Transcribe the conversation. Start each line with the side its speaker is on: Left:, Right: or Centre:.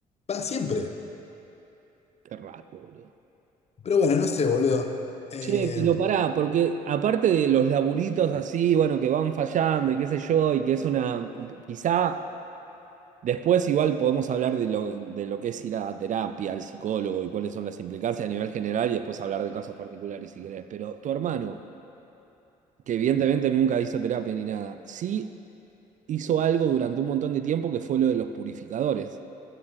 Left: Va siempre.
Right: Qué raro, boludo.
Left: Pero bueno, no sé, boludo. Eh,
Right: Che, pero pará, porque aparte de los laburitos así, bueno, que van fallando y qué sé yo, y que es una, quizá Después igual podemos hablar de lo, de lo que es ir a terapia, al psicólogo y cuáles son las implicancias a nivel general y después hablar de casos particulares si querés. Pero tu hermano, que evidentemente nunca hizo terapia ni nada, sí hizo algo durante un montón de tiempo que fue lo de los purificadores.